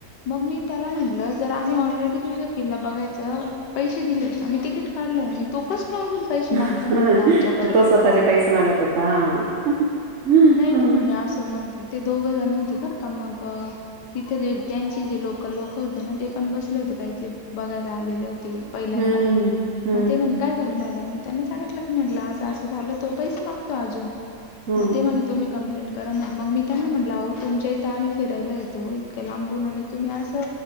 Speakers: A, on the left (about 85°); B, on the right (about 50°).
A: मग मी त्याला म्हटलं जर आम्ही ऑलरेडी तुझ किल्ला बघायचं पैसे दिले आम्ही तिकीट ल तो कस काय अजून पैसे
B: ह
A: मागतोय म्हटलं आमच्याकडे
B: म तो स्वतःचे पैसे मागत होता हा.
A: नाही नाही म्हणे असं मग ते दोघ जण होते बर का मग तिथे, जे त्यांची जे लोकल लोक होते ना, ते पण बसले होते काही चे बघायला आलेले होते. ते, पहिल्यांदा
B: हं, हं,
A: मग ते म्हणे, काय झालं. मॅडम मी त्यांना सांगितलं की म्हंटल, असं असं झाल तो पैस मागतो अजून
B: हं.
A: मग ते म्हणे, तुम्ही कंप्लेट करा म्हणे, मग मी त्यांना म्हटलं हो. तुमच्या इथे आम्ही फिरायला येतो. इतक्या लांबून आणि तुम्ही असं